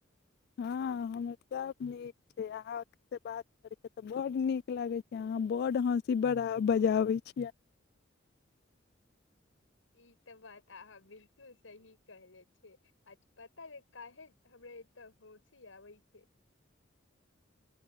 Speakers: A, on the left (about 55°); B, on the left (about 85°).
A: हँ हमर सभ नीक छै अहाँ अथीसँ बात करैके तऽ बड्ड नीक लागै छै अहाँ बड्ड हँसी बड़ा बजाबै छियै
B: ई तऽ बात अहाँ बिलकुल सही कहले छियै आ पता काहे हमराे एतऽ हँसी आबै छै